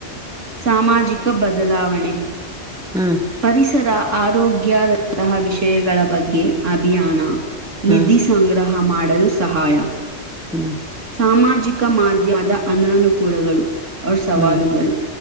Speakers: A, on the right; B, in the centre.
A: ಸಾಮಾಜಿಕ ಬದಲಾವಣೆ
B: ಹ್ಮ್
A: ಪರಿಸರ ಆರೋಗ್ಯದಂತಹ ವಿಷಯಗಳ ಬಗ್ಗೆ ಅಭಿಯಾನ
B: ಹ್ಮ್
A: ನಿಧಿ ಸಂಗ್ರಹ ಮಾಡಲು ಸಹಾಯ
B: ಹ್ಮ್ ಹ್ಮ್
A: ಸಾಮಾಜಿಕ ಮಾಧ್ಯಮದ ಅನಾನಕೂಲಗಳು ಅವರ್ ಸವಾಲುಗಳು
B: ಹ್ಮ್